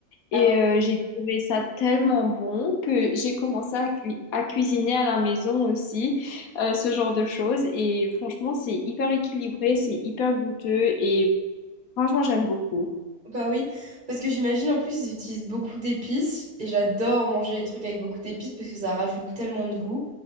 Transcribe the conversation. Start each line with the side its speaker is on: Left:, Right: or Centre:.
Right: Ah
Left: Et
Right: ouais,
Left: euh, j'ai trouvé ça tellement bon que j'ai commencé à, cui- à cuisiner à la maison aussi, euh, ce genre de choses. Et franchement, c'est hyper équilibré, c'est hyper goûteux et franchement, j'aime beaucoup.
Right: bah oui, parce que j'imagine en plus ils utilisent beaucoup d'épices et j'adore manger les trucs avec beaucoup d'épices parce que ça rajoute tellement de goût.